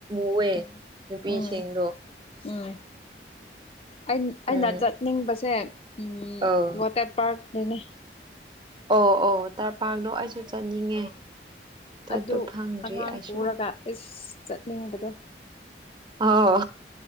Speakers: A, on the right; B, on the left.
A: ꯎꯋꯦ
B: ꯎꯝ
A: ꯅꯨꯄꯤꯁꯤꯡꯗꯣ
B: ꯎꯝ ꯎꯝ ꯑꯩꯟ ꯑꯩꯅ
A: ꯎꯝ
B: ꯆꯠꯅꯤꯡꯕꯁꯦ ꯎꯝ
A: ꯑꯧ
B: ꯋꯥꯇꯔ ꯄꯥꯔꯛ ꯇꯨꯅꯦ
A: ꯑꯣ ꯑꯣ ꯇꯔꯄꯗꯣ ꯑꯩꯁꯨ ꯆꯠꯅꯤꯡꯉꯦ ꯆꯠꯄ
B: ꯑꯗꯨ
A: ꯐꯪꯗ꯭ꯔꯤ
B: ꯑꯉꯥꯡ
A: ꯑꯩꯁꯨ
B: ꯄꯨꯔꯒ ꯏꯁ ꯆꯠꯅꯤꯡꯕꯗꯣ
A: ꯑꯥꯎ